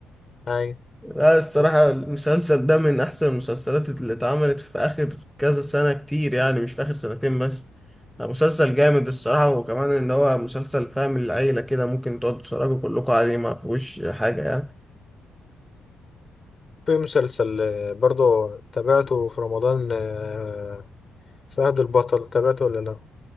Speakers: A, on the left; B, in the centre.
A: ايوه
B: لا الصراحة
A: وفي
B: المسلسل ده من احسن المسلسلات اللي اتعملت في اخر كذا سنة كتير يعني مش في اخر سنتين بس لا، مسلسل جامد الصراحة وكمان ان هو مسلسل فاهم العيلة كده ممكن تقعدوا تتفرجوا كلكم عليه ما فيهوش حاجة يعني
A: مسلسل آه، برضو تابعته في رمضان آه، فهد البطل تابعته ولا لا